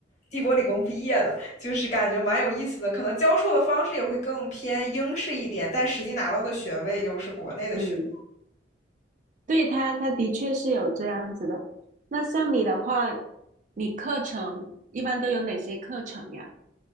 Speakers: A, on the left; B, on the right.
A: 帝国理工毕业的，就是感觉蛮有意思的。可能教授的方式也会更偏英式一点，但实际拿到的学位又是国内的学位
B: 嗯，对他，他的确是有这样子的。那像你的话，你课程一般都有哪些课程呀？